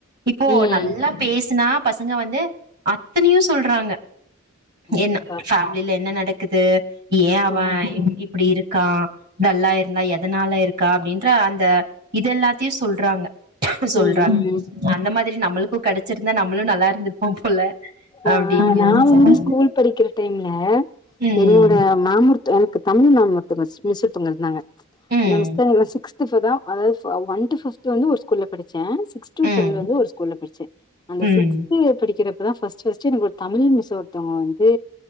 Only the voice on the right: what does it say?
இப்போ
நல்லா பேசுனா பசங்க வந்து அத்தனையு சொல்றாங்க
என்ன ஃபேமிலில என்ன நடக்குது ஏ அவ
இப்டி இருக்கா டல்லா இருந்தா எதனால இருக்கா அப்டின்ற அந்த இதெல்லாத்தையு சொல்றாங்க சொல்றா
அந்த மாதிரி நம்மளுக்கு கெடச்சிருந்தா நம்மளு நல்லா இருந்துருப்போ போல
அப்டின்னு
யோசிச்சே
நானு
ம்
ம்
ம்
ம்